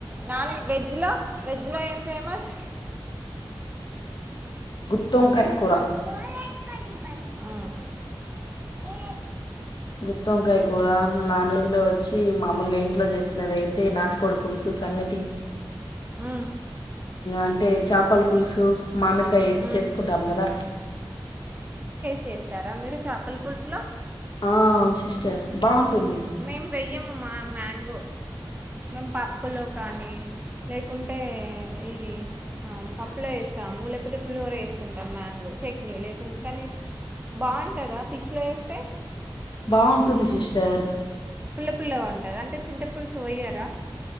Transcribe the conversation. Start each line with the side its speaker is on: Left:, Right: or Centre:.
Right: నాన్ వెజ్ లో వెజ్ లో ఏం ఫేమస్
Left: త్తోంకాయ కూర
Right: అ
Left: అ గుత్తి వంకాయ కూర నాన్ వెజ్ లో వచ్చి మామూలుగా ఇంట్లో చేసుకునేది అయితే నాటికోడు పులుసు సంగటి
Right: ఉ
Left: అంటే చేపల పులుసు మామిడికాయ వేసి
Right: ఉమ్,
Left: చేసుకుంటాము కదా
Right: చేస్తరా మీరు చేపల పులుసు లో
Left: ఆ అవున్ సిస్టర్ బాగుంటుంది
Right: మేము వెయ్యము మా మ్యాంగో మేము పప్పులో కానీ లేకుంటే ఇది పప్పులో వేస్తాము లేకపోతే పులిహోర వేసుకుంటాము మ్యాంగో చట్నీ లేకుండ కానీ బాగుంటుందా ఫిష్లో వేస్తే
Left: బాగుంటుంది సిస్టర్
Right: పుల్ల పుల్లగా ఉంటద అంటే చింత పులుసు పోయ్యరా